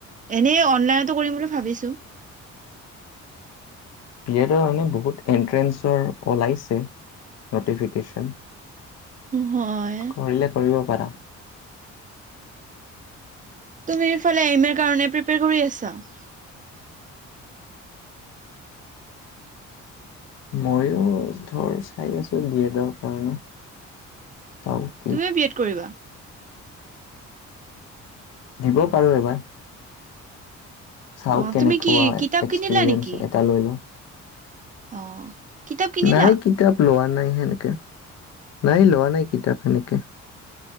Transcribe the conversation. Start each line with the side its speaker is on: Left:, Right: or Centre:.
Right: এনেই অনলাইনতো কৰিম বুলি ভাবিছোঁ।
Left: বি এডৰ হয়নে বহুত এনট্ৰেঞ্চৰ ওলাইছে নটিফিকেচন।
Right: হয়
Left: কৰিলে কৰিব পাৰা।
Right: তুমি ইফালে এম এৰ কাৰণে প্ৰিপেয়াৰ কৰি আছা?
Left: মইো ধৰ চাই আছো বি এডৰ কাৰণে চাওঁ।
Right: তুমিও বি এড কৰিবা?
Left: দিব পাৰো এই এবাৰ। চাওঁ
Right: অ
Left: কেনেকুৱা
Right: তুমি কি কিতাপ
Left: এক্সপিৰিয়েন্ঞ্চ
Right: কিনিলা নেকি
Left: এটা লৈ লও।
Right: অ। কিতাপ কিনিলা
Left: নাই কিতাপ লোৱা নাই সেনেকে নাই লোৱা নাই কিতাপ সেনেকে।